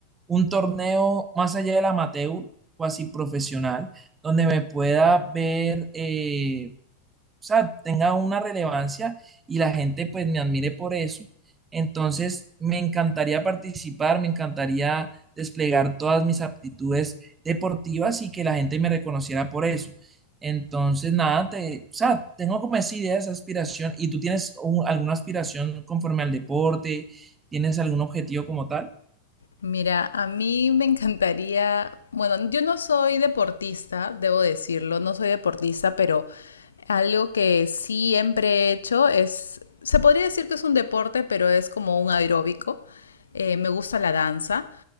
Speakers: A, on the right; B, on the left.
A: un torneo más allá del amateur, o así profesional, donde me pueda ver... eh, o sea, tenga una relevancia y la gente pues me admire por eso. Entonces, me encantaría participar, me encantaría desplegar todas mis aptitudes deportivas y que la gente me reconociera por eso. Entonces, nada, te, o sea, tengo como esa idea, esa aspiración. ¿Y tú tienes un- alguna aspiración conforme al deporte? ¿Tienes algún objetivo como tal?
B: Mira, a mí me encantaría, bueno, yo no soy deportista, debo decirlo, no soy deportista, pero algo que siempre he hecho es, se podría decir que es un deporte, pero es como un aeróbico. Eh, me gusta la danza,